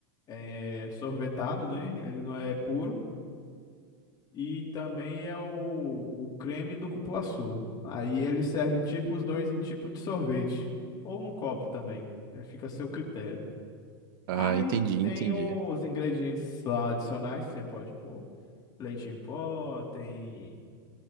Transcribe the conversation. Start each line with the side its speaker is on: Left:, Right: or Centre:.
Left: é, sorvetado, né? Ele não é puro. e também é o, o creme do cupuaçu. Aí ele serve tipo os dois em tipo de sorvete, ou no copo também, né? Fica a seu critério.
Right: Ah,
Left: Aí
Right: entendi,
Left: tem
Right: entendi.
Left: os ingredientes lá adicionais que você pode pôr. Leite em pó, tem,